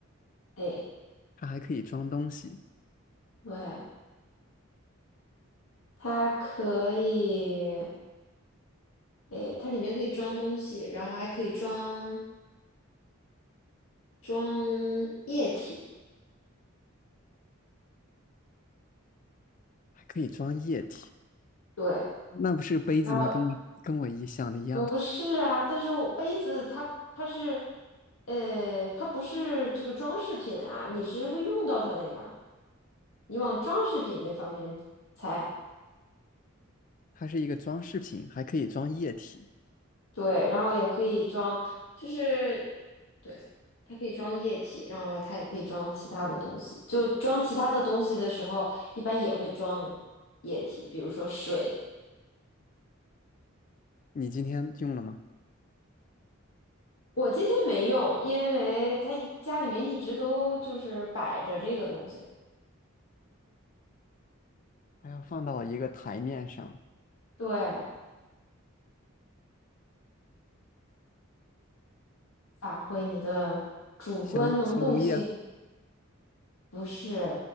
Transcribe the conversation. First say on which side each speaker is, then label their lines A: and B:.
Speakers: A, on the left; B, on the left.
A: 诶，
B: 它还可以装东西，
A: 对。它可以，诶，它里面可以装东西，然后还可以装装液体。
B: 还可以装液体。
A: 对，
B: 那不是杯子吗？
A: 然后
B: 跟我跟我一想的一样，
A: 不是啊，但是我杯子它它是，呃，它不是这个装饰品啊，你是会用到它的呀。你往装饰品那方面猜。
B: 它是一个装饰品，还可以装液体。
A: 对，然后也可以装，就是对，它可以装液体，然后它也可以装其他的东西。就装其他的东西的时候，一般也会装液体，比如说水。
B: 你今天用了吗？
A: 我今天没用，因为它一家里面一直都就是摆着这个东西。
B: 还要放到一个台面上
A: 对，发挥你的主观能动性，
B: 消消毒液。
A: 不是？